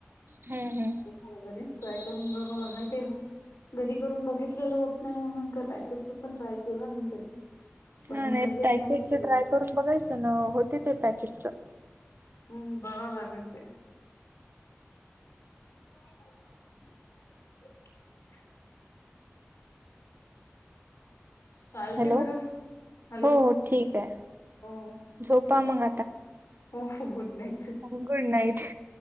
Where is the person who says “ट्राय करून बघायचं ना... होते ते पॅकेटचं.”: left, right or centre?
Right